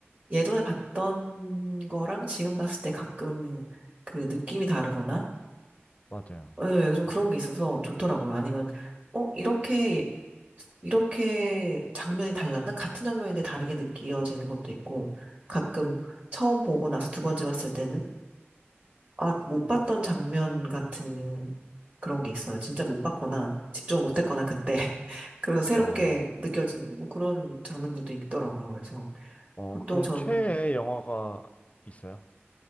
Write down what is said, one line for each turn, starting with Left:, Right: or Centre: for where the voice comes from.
Right: 예전에 봤던 거랑 지금 봤을 때 가끔 그 느낌이 다르거나
Left: 맞아요.
Right: 예, 좀 그런 게 있어서 좋더라고요. 아니면 어 이렇게 예, 이렇게 장면이 달랐나? 같은 장면인데 다르게 느껴지는 것도 있고 가끔 처음 보고 나서 두 번째 봤을 때는 아, 못 봤던 장면 같은 그런 게 있어요. 진짜 못 봤거나 집중을 못 했거나 그때. <laughs> 그래서 새롭게
Left: 어,
Right: 느껴지는 뭐 그런 장면들도 있더라고요. 그래서
Left: 어
Right: 보통
Left: 그럼
Right: 저는,
Left: 최애 영화가 있어요?